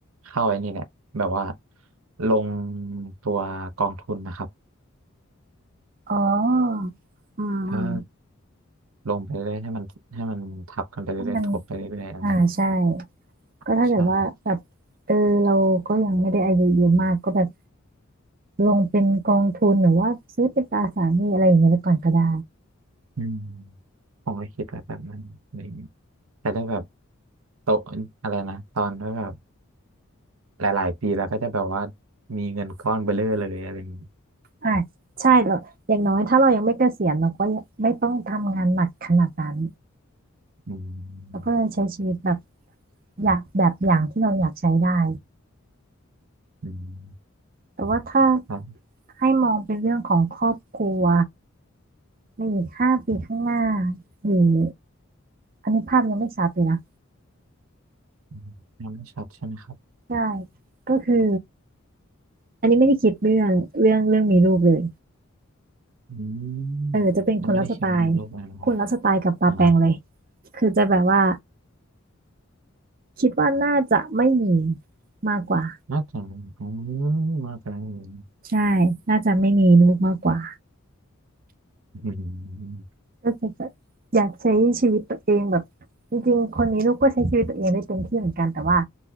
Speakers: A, on the right; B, on the right.
A: เข้าไอ้นี่แหละ แบบว่าลงตัวกองทุนนะครับ
B: อ๋ออืมอืม
A: ถ้าลงไปเรื่อยให้มันให้มันทับกันไปเรื่อยๆทบไปเรื่อยๆอะไรอย่างนี้
B: ถ้ามันอ่าใช่ก็ถ้าเกิดว่าแบบเออเราก็ยังไม่ได้อายุเยอะมากก็แบบ
A: ใช่
B: ลงเป็นกองทุนหรือว่าซื้อเป็นตราสารหนี้อะไรอย่างเงี้ยไปก่อนก็ได้
A: อืมผมก็คิดไว้แบบนั้นอะไรอย่างงี้จะได้แบบโตะอะไรนะตอนที่แบบหลายๆปีแล้วก็จะแบบว่ามีเงินก้อนเบ้อเร่อเลยอะไรอย่างงี้
B: อ่าใช่เราอย่างน้อยถ้าเรายังไม่เกษียณเราก็ยังไม่ต้องทำงานหนักขนาดนั้น
A: อืม
B: เราก็เลยใช้ชีวิตแบบอยากแบบอย่างที่เราอยากใช้ได้
A: อืม
B: แต่ว่าถ้า
A: ครับ
B: ให้มองเป็นเรื่องของครอบครัวในอีกห้าปีข้างหน้าหรืออันนี้ภาพยังไม่ชัดเลยนะ
A: อืมยังไม่ชัดใช่ไหมครับ
B: ใช่ก็คืออันนี้ไม่ได้คิดเรื่องเรื่องเรื่องมีลูกเลย
A: อืม
B: เออจะเป็นคนละสไตล์คนละสไตล์กับปาแปงเลย
A: ยังไม่ได้เขียนในโลกเลยนะครับอ่า
B: คือจะแบบว่าคิดว่าน่าจะไม่มีมากกว่า
A: น่าจะอืมน่าจะ
B: ใช่น่าจะไม่มีลูกมากกว่า
A: อืม
B: ก็คืออยากใช้ชีวิตตัวเองแบบจริงๆคนนี้ลูกก็ใช้ชีวิตตัวเองได้เต็มที่เหมือนกันแต่ว่า